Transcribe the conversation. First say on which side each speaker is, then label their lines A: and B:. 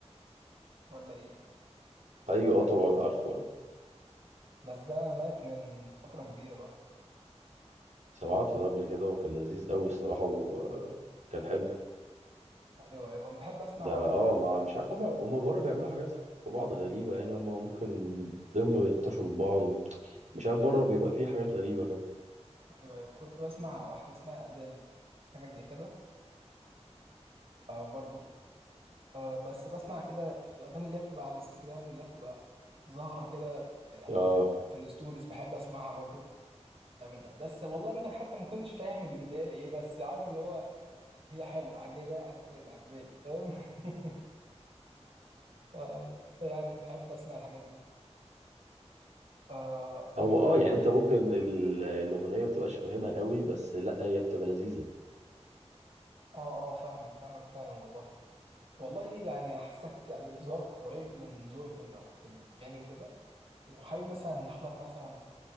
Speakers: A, on the right (about 55°); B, on the right (about 85°).
A: ولا ايه
B: أيوه أه طبعا عارفه
A: بس ده مات من فترة كبيرة بقى
B: سمعته ده قبل كده وكان لذيذ أوي الصراحة وكان حلو
A: أيوه أيوه أنا بحب أسمع
B: ده
A: برضو
B: أه ما مش عارف هما هما بره بيعملوا حاجات في بعض غريبة يعني هما ممكن تلاقيهم بيلطشوا لبعض مش عارف بره بيبقى فيه حاجات غريبة كده
A: أيوه أيوه كنت بسمع واحدة اسمها أديل حاجة زي كده أو برضو آه، بس بسمع كده الأغاني اللي هي بتبقى على الانستجرام اللي هي بتبقى ظاهرة كده يعني
B: أه
A: في, في الستوريز بحب أسمعها برضو من- بس والله ممكن حتى ما كنتش فاهم اللي بيتقال إيه بس عارف اللي هو هي حلوة عجبا عجباني عجباني فاهم <laughs> يعني يعني بحب أسمع الحاجات دي آه تمام
B: هو أه يعني أنت ممكن ال- الأغنية مبتبقاش فاهمها أوي بس لأ هي بتبقى لذيذة
A: آه آه فاهمك فاهمك فعلا والله والله يعني حاسك يعني ذوقك قريب من ذوقي في الأف- في الأغاني وكده لو حابب مثلا نحضر مثلا